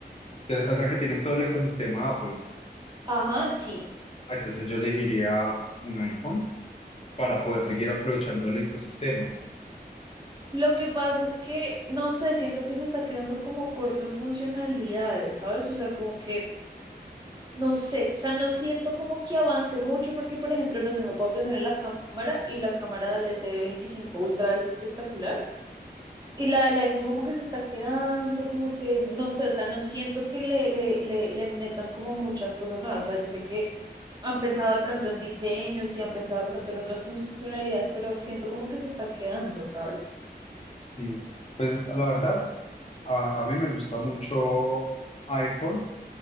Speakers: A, on the left; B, on the right.
A: te- O sea que tienes todo el ecosistema Apple.
B: Ajá, sí,
A: Ah, Entonces yo elegiría un iPhone para poder seguir aprovechando el ecosistema.
B: Lo que pasa es que, no sé, siento que se está quedando como corto en funcionalidades, ¿sabes? O sea, como que, no sé, o sea, no siento como que avance mucho porque, por ejemplo, no sé me puedo pensar en la cámara y la cámara del s veinticinco Ultra es espectacular. Y la del iPhone como que se está quedando, como que, no sé, o sea, no siento que le, le, le, le metan como muchas cosas nuevas. O sea, yo sé que han pensado de pronto en diseños y han pensado de pronto en otras funcionalidades, pero siento como que se está quedando, ¿sabes?
A: Sí. Pues la verdad, a, a mí me gusta mucho iPhone